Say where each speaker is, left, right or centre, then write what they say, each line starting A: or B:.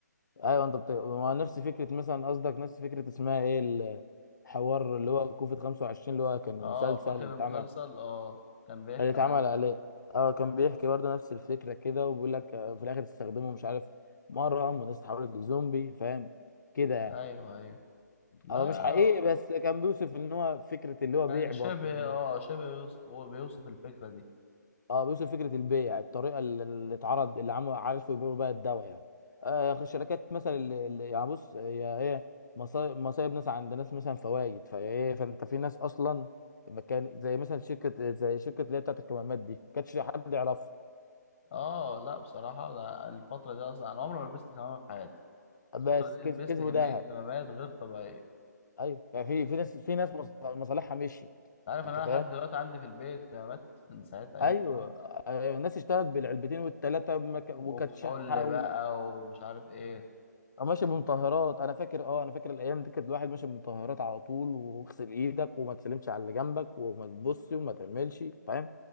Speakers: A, on the left (about 75°); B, on the left (about 35°).
A: ايوه انت بت... ما نفس فكره مثلا قصدك نفس فكره اسمها ايه الحوار اللي هو كوفيد 25 اللي هو كان
B: اه
A: مسلسل
B: فاكر
A: اللي اتعمل
B: المسلسل اه كان بيحكي
A: اللي اتعمل
B: عن حاجة زي
A: عليه
B: كده
A: اه كان بيحكي برضه نفس الفكره كده وبيقول لك آه، في الاخر تستخدمه مش عارف مره والناس اتحولت لزومبي فاهم كده يعني
B: ايوه ايوه لا
A: هو مش حقيقي بس كان بيوصف ان هو فكره اللي هو
B: كان
A: بيع
B: شبه
A: برضه ان
B: اه
A: هو
B: شبه بيوص- هو بيوصف الفكرة دي
A: اه بيوصل فكره البيع الطريقه اللي اللي اتعرض اللي عملوا عرفوا يبيعوا بيها الدواء يعني آه الشركات مثلا اللي اللي- يعني بص هي ايه مصايب مصايب ناس عند ناس مثلا فوايد فايه فانت في ناس اصلا مكان زي مثلا شركه زي شركه اللي هي بتاعت الكمامات دي كانش حد يعرفها
B: اه لا بصراحة لا، الفترة دي اصلا انا عمري ما لبست كمامة في حياتي
A: بس
B: الفترة دي
A: كس-
B: لبست
A: كسبوا
B: كمية
A: ذهب
B: كمامات غير طبيعية انت
A: ايوه يعني في في ناس في ناس مص- مصالحها مشيت
B: عارف
A: انت
B: ان انا
A: فاهم
B: لحد دلوقتي عندي في البيت كمامات من ساعة ايام
A: ايوه
B: الكورونا
A: آه، الناس اشتغلت بالعلبتين والثلاثه
B: وكحول
A: وكانت شحه
B: بقى ومش عارف ايه
A: أو ماشي بمطهرات انا فاكر اه انا فاكر الايام دي كانت الواحد ماشي بمطهرات على طول واغسل ايدك وما تسلمش على اللي جنبك وما تبصش وما تعملش فاهم